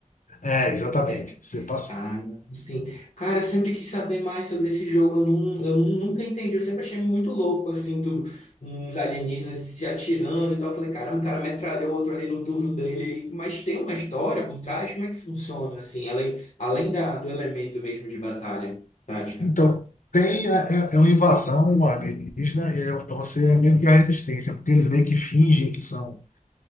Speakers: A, on the left; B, on the left.
A: É, exatamente,
B: É,
A: você passa
B: ah, sim. Cara, eu sempre quis saber mais sobre esse jogo. Eu, não, eu nunca entendi. Eu sempre achei muito louco, assim, do, uns alienígenas se atirando e tal. Eu falei, caramba, o cara metralhou outro ali no turno dele. Mas tem uma história por trás? Como é que funciona, assim? Além, além da, do elemento mesmo de batalha tática.
A: Então, tem, né, é, é uma invasão alienígena e é, é você é meio que a resistência, porque eles meio que fingem que são.